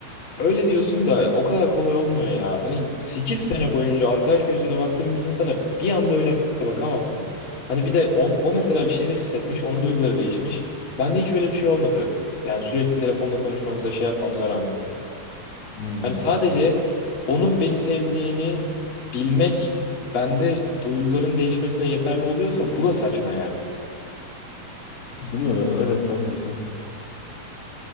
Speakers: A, on the left; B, on the left.
A: Öyle diyorsun da o kadar kolay olmuyor ya. Hani 8 sene boyunca arkadaş gözüyle baktığın bir insana bir anda öyle bakamazsın. Hani bir de on, o mesela bir şeyler hissetmiş, onun duyguları değişmiş. Bende hiç öyle bir şey olmadı. Yani sürekli telefonla konuşmamıza şey yapmamıza rağmen.
B: Hmm.
A: Hani sadece
B: Ya,
A: onun beni sevdiğini bilmek bende duyguların değişmesine yeterli oluyorsa bu da saçma yani.
B: Değil mi? Evet sen de haklısın.